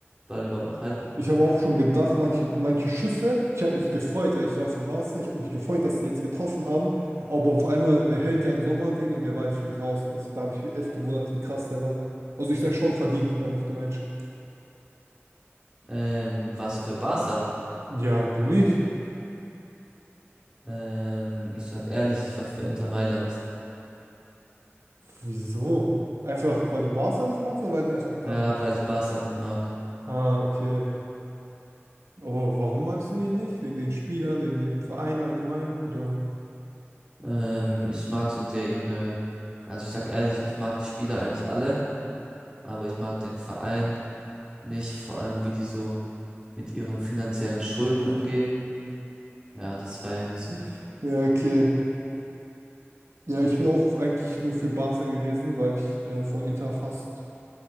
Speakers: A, on the right (about 20°); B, on the right (about 85°).
A: Ball überhaupt noch halten?
B: ich hab auch schon gedacht, manche, manche Schüsse, ich habe mich gefreut, weil ich war für Barca, ich habe mich gefreut, dass die jetzt getroffen haben, aber auf einmal äh, hält Jan Sommer den und der Ball fliegt raus. Also da habe ich mich echt gewundert, wie krass der war. Also ich sag schon verdient, Man of the Match.
A: Ähm, warst du für Barca?
B: Ja, du nicht.
A: Ähm, ich sag ehrlich, ich war für Inter Mailand.
B: Wieso? Einfach, weil du Barca nicht magst oder weil du einfach Inter
A: Ja,
B: magst?
A: weil ich Barca nicht mag.
B: Ah, okay. Aber warum magst du die nicht? Wegen den Spielern, wegen dem Verein allgemein, oder?
A: Ähm, ich mag so der ihre, also ich sag ehrlich, ich mag die Spieler eigentlich alle, aber ich mag den Verein nicht, vor allem wie die so mit ihren finanziellen Schulden umgehen. Ja, das feiere ich nicht so.
B: <laughs> Ja, okay. Ja, ich bin auch eigentlich nur für Barca gewesen, weil ich äh, von Inter fast.